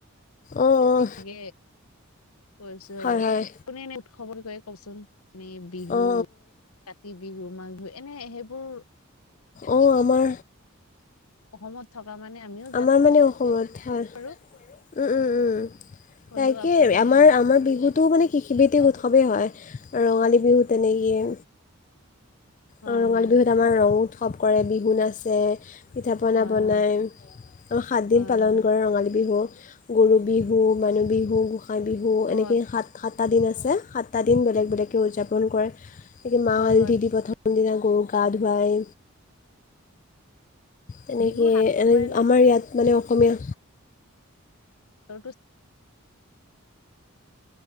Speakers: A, on the left (about 35°); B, on the left (about 85°).
A: অঁ অঁ
B: এ কৈছো
A: হয়
B: আৰু
A: হয়
B: কোনে এনে উৎসৱ বুলি কয় চোন মনেই বিহু
A: অঁ
B: কাতি বিহু মাঘ বিহু এনে সেইবোৰ
A: অ', আমাৰ
B: অসমত থকা মানে আমিও জানো
A: আমাৰ মানে অসমত হয়,
B: বাৰু
A: উম, উম, উম।
B: হ'লেও
A: তাকে
B: আপুনি
A: আমাৰ আমাৰ বিহুত তো মানে কৃষিভৃতিক
B: অ
A: উৎসৱেই হয় ৰঙালী বিহু তেনেকেই
B: হয়
A: ৰঙালী
B: হয়
A: বিহুত আমাৰ ৰং উৎসৱ কৰে বিহু নাচে। পিঠা পনা
B: হয়
A: বনাই
B: হয়
A: অ' সাতদিন
B: হয়
A: পালন
B: হয়
A: কৰে ৰঙালী বিহু। গৰু বিহু, মানুহ বিহু, গোঁসাই বিহু
B: হয়
A: এনেকেই সাত সাতটা দিন আছে। সাত দিন বেলেগ বেলেগকে উদযাপন কৰে। মাহ
B: হয়
A: হালধি
B: হয়
A: গৰুক গা ধুৱাই তেনেকেনে
B: বিহুৰ সাত দিনৰে
A: আমাৰ ইয়াত মানে অসমীয়া
B: টো